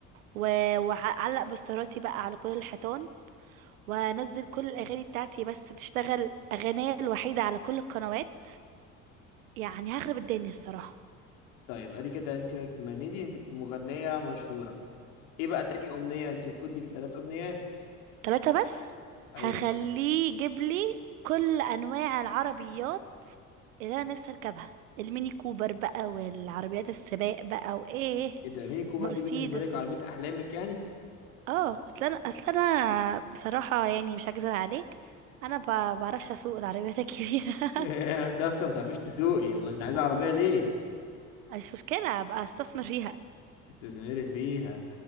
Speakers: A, on the right (about 80°); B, on the left (about 75°).
A: و- واعلق بوستراتي بقى على كل الحيطان وانزل كل الاغاني بتاعتي بس تشتغل اغنية الوحيدة على كل القنوات يعني هخرب الدنيا الصراحة
B: طيب ادي كده انت اتمنيتي انت تبقي مغنية مشهورة ايه بقى تاني امنية انت المفروض ليكي تلات امنيات
A: ثلاثة بس
B: ايوه
A: هخليه يجيب لي كل انواع العربيات اللي انا نفسي اركبها الميني كوبر بقى والعربيات السباق بقى وايه
B: ايه ده ميني كوبر
A: مرسيدس
B: دي بالنسبة لك عربية احلامك يعني
A: اه اصل انا اصل انا بصراحة يعني مش هكذب عليك انا ب- بعرفش اسوق العربيات الكبيرة
B: <laughs>
A: <laughs>
B: انت اصلا ما بتعرفيش تسوقي امال انت عايزة عربية ليه
A: مش مشكلة ابقى استثمر فيها
B: تستثمري فيها